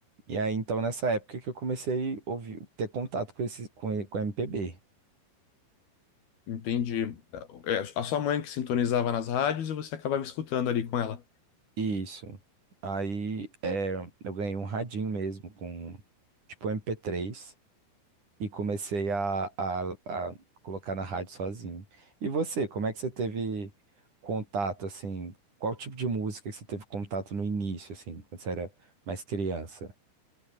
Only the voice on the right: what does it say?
E aí, então, nessa época que eu comecei a ouvir, ter contato com esse, com, e- com MPB.
Isso. Aí é, eu ganhei um radinho mesmo com tipo MP3 e comecei a, a, a colocar na rádio sozinho. E você, como é que você teve contato assim? Qual tipo de música que você teve contato no início, assim, quando você era mais criança?